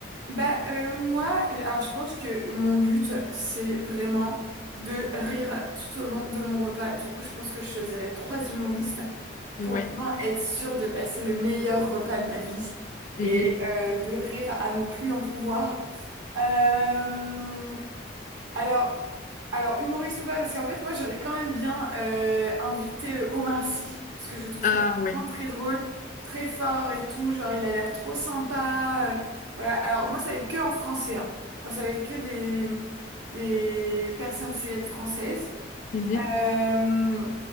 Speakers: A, on the right (about 75°); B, on the left (about 40°).
A: bah, euh, moi, j- alors je pense que mon but, c'est vraiment de rire tout au long de mon repas. Du coup, je pense que je choisirais trois humoristes pour
B: Ouais.
A: vraiment être sûre de passer le meilleur repas de ma vie
B: Mhm.
A: et euh, de rire à ne plus en pouvoir. Euh, Alors, alors humoriste ou pas, parce qu'en fait, moi, j'aurais quand même bien euh, invité euh, Omar Sy, parce que je le trouve
B: Ah
A: quand même
B: ouais.
A: vraiment très drôle, très fort et tout. Genre, il a l'air trop sympa. euh, voilà. Alors, moi, ça va être que en français. hein. Enfin, ça va être que des, des personnes célèbres françaises.
B: Mhm.
A: Euh,